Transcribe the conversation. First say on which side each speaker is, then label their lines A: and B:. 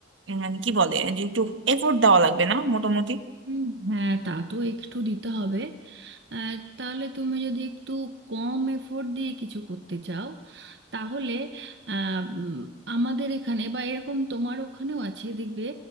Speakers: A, on the right; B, on the right.
A: উম, মানে কি বলে যে একটু এফোর্ট দেওয়া লাগবে না মোটামুটি
B: উম, হ্যাঁ তা তো একটু দিতে হবে আহ, তাহলে তুমি যদি একটু কম এফোর্ট দিয়ে কিছু করতে চাও তাহলে আহ, উম, আমাদের এখানে বা এরকম তোমার ওখানেও আছে দেখবে